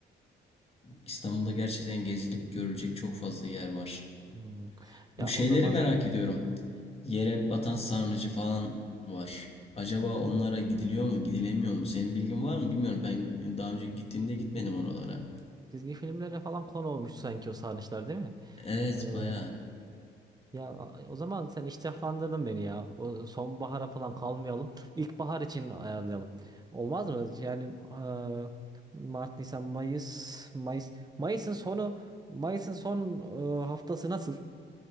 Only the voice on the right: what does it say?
Hmm. Ya
o zaman
sen
ya, çizgi filmlere falan konu olmuş sanki o sarnıçlar değil mi?
Ee,
Ya a- o zaman sen iştahlandırdın beni ya. O sonbahara falan kalmayalım. İlkbahar için ayarlayalım. Olmaz mı? Yani eee, Mart, Nisan, Mayıs, Mayıs. Mayıs'ın sonu Mayıs'ın son eee, haftası nasıl?